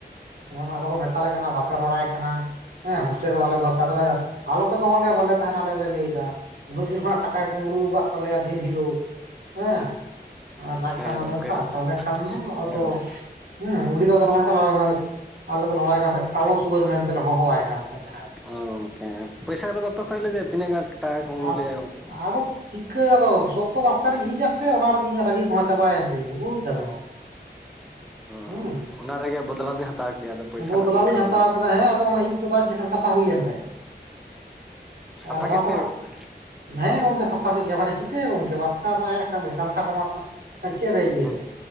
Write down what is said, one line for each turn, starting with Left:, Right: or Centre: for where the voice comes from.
Right: ᱮᱢᱟᱱ ᱟᱫᱚ ᱠᱚ ᱢᱮᱛᱟᱞᱮ ᱠᱟᱱᱟ ᱵᱟᱯᱮ ᱨᱚᱲᱟᱭ ᱠᱟᱱᱟ ᱦᱮᱸ ᱦᱳᱥᱴᱮᱞ ᱨᱮ ᱵᱟᱞᱮ ᱫᱚᱦᱚ ᱛᱟ,
Centre: ᱚ
Right: <inaudible> ᱟᱞᱚᱯᱮ ᱫᱚᱦᱚ ᱞᱮᱭᱟ ᱵᱟᱞᱮ ᱛᱟᱦᱮᱱᱟ ᱟᱞᱮ ᱞᱮ ᱞᱟᱹᱭᱫᱟ ᱩᱱᱟᱹᱜ ᱫᱤᱱ ᱠᱷᱚᱱᱟᱜ
Centre: ᱚ
Right: ᱴᱟᱠᱟᱭ
Centre: ᱜᱚᱝᱠᱮ
Right: ᱠᱩᱢᱵᱽᱲᱩ ᱠᱟᱫ ᱛᱟᱞᱮᱭᱟ ᱫᱤᱱ ᱦᱤᱞᱳᱜ ᱦᱮᱸ ᱟᱨ ᱱᱟᱡ
Centre: ᱦᱮᱸ
Right: ᱠᱷᱟᱱ ᱫᱚ
Centre: ᱜᱚᱝᱠᱮ
Right: ᱱᱚᱝ ᱛᱟᱦᱟᱞᱮ ᱠᱷᱟᱱ ᱫᱚ
Centre: ᱦᱮᱸ
Right: ᱟᱫᱚ
Centre: ᱜᱚᱝ
Right: ᱦᱮᱸ ᱩᱱᱤ ᱫᱚ ᱟᱫᱚ ᱱᱚᱭᱠᱟ ᱟᱞᱮ ᱫᱚ ᱞᱮ ᱦᱚᱦᱚᱼᱟᱭ ᱛᱟᱦᱮᱸᱫ ᱠᱟᱞᱳ ᱥᱩᱣᱟᱹᱨ ᱢᱮᱱᱛᱮ ᱞᱮ ᱦᱚᱦᱚᱣᱟᱭ ᱠᱟᱱ ᱛᱟᱦᱮᱸᱫ ᱡᱟᱦᱟᱸᱭ
Centre: ᱚ ᱜᱚᱝᱠᱮ, ᱯᱚᱭᱥᱟ ᱠᱚᱫᱚ ᱵᱟᱯᱮ ᱠᱷᱚᱭ ᱞᱮᱫᱮᱭᱟ? ᱛᱤᱱᱟᱹᱜ ᱜᱟᱱ ᱴᱟᱠᱟᱭ ᱠᱚᱢᱲᱩ
Right: ᱟᱨ
Centre: ᱞᱮᱜᱟᱭ ᱜᱚᱝᱠᱮ
Right: ᱟᱫᱚ ᱪᱤᱠᱟᱹ ᱟᱫᱚ ᱥᱚᱠᱛᱚ ᱵᱟᱥᱠᱟᱨᱤᱧ ᱤᱡᱟᱜ ᱛᱟᱭᱟ ᱚᱱᱟᱨᱮᱜᱮ ᱤᱧᱟᱹᱜ ᱨᱟᱹᱜᱤ ᱠᱚᱦᱚᱸ ᱪᱟᱵᱟᱭᱮᱱ ᱛᱤᱧᱟᱹ ᱵᱩᱡᱽ ᱫᱟ ᱵᱮᱱ ᱜᱚᱝᱠᱮ
Centre: <inaudible> ᱚᱸᱻ
Right: ᱦᱩᱸ
Centre: ᱚᱱᱟ ᱨᱮᱜᱮ ᱵᱚᱫᱞᱟᱵᱤᱱ ᱦᱟᱛᱟᱣ ᱠᱮᱭᱟ ᱟᱫᱚ ᱯᱚᱭᱥᱟ
Right: ᱵᱚᱫᱞᱟ
Centre: ᱨᱮᱱᱟᱜ ᱫᱚᱨᱠᱟᱨ
Right: ᱞᱤᱧ ᱦᱟᱛᱟᱣ
Centre: ᱵᱟᱸ
Right: ᱠᱮᱫᱟ ᱦᱮᱸ ᱟᱫᱚ ᱚᱱᱟ ᱤᱡ ᱟᱡ ᱜᱮ ᱥᱮ ᱥᱟᱯᱷᱟ ᱦᱩᱭᱮᱱ ᱛᱟᱭᱟ,
Centre: ᱥᱟᱯᱷᱟ
Right: ᱟᱨ ᱱᱚᱣᱟ
Centre: ᱠᱮᱫ
Right: ᱠᱷᱱᱟᱜ
Centre: ᱛᱮ ᱜᱚᱝᱠᱮ
Right: ᱦᱮᱸ ᱜᱚᱝᱠᱮ ᱥᱟᱯᱷᱟ ᱜᱮ ᱢᱟᱱᱮ ᱪᱤᱠᱟᱹᱭᱟ ᱜᱚᱝᱠᱮ ᱵᱟᱥᱠᱟ ᱢᱟ ᱟᱭᱟᱜ ᱠᱟᱱ ᱜᱮ ᱠᱟᱱᱛᱷᱟ ᱠᱚ ᱢᱟ ᱪᱮᱨᱮ ᱤᱭᱟᱹᱭᱟ?
Centre: ᱦᱮᱸ